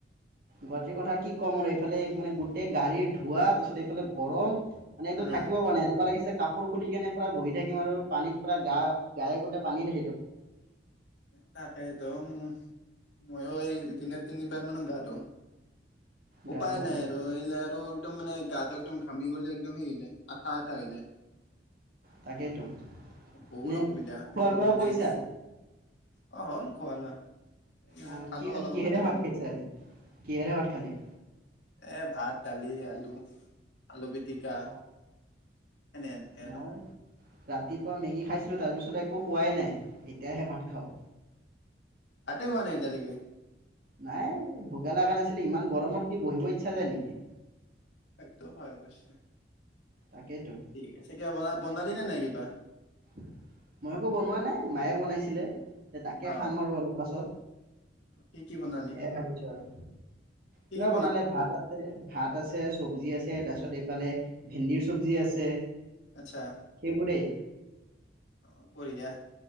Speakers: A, on the right; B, on the left.
A: গুৱাহাটীৰ কথা কি ক'ম আৰু এইফালে মানে গোটেই গাড়ীৰ ধোৱা তাৰপিছত এইফালে গৰম মান একদম
B: উম
A: থাকিব পৰা নে এনেকুৱা লাগিছে কাপোৰ খুলি কেনে পৰা বহি থাকিম আৰু পানীত পৰা গা গায়ে গোটেই পানীতে
B: তাকেইতো উ মইয়ো এই দিনত তিনিবাৰ মানো গা ধো
A: গা
B: উপায়
A: ধোৱা
B: নাই
A: যেন
B: আৰু এই আৰু একদম মানে গাটো একদম ঘামি গ'লে একদম সেই হৈ যায় আঠা আঠা হৈ যায়।
A: তাকেইতো
B: বহুত
A: নে
B: অসুবিধা
A: খোৱা
B: সেই
A: লোৱা
B: গৰমৰ
A: কৰিছা
B: দিন অ হ'ল খোৱা লোৱা এই
A: অ
B: খালো
A: কি কিহেৰে
B: অলপ আগতে
A: ভাত
B: খালো
A: খাইছে আজি কিহেৰে ভাত খালি
B: এ ভাত দালি, আলু, আলু পিটিকা
A: অ
B: এনেই এনেই
A: মই
B: আৰু
A: ৰাতিপুৱা মেগী খাইছিলোঁ তাৰ পিছত একো খোৱাই নাই এতিয়াহে ভাত খাওঁ
B: তাতে খোৱা নাই এতিয়ালৈকে
A: নাই ভোকে লগা নাছিলে ইমান গৰমত কি বহিব ইচ্ছা যায় নেকি?
B: সেইটো হয় অৱশ্যয়ে
A: তাকেইতো।
B: ঠিক আছে কিবা ব বনালি নে নাই কিবা?
A: <inaudible> মই একো বনোৱা নাই মায়ে বনাইছিলে তাকে
B: অ
A: খাম আৰু অলপ পাছত
B: কি কি বনালি
A: সেয়াই ভাবিছো আৰু
B: কি
A: কিবা
B: কি
A: বনালে ভাত আছে ভাত আছে চব্জি আছে তাৰপিছত তাৰপিছত এইফালে ভেন্দিৰ চব্জি আছে
B: আচ্ছা
A: সেইবোৰেই
B: অ বঢ়িয়া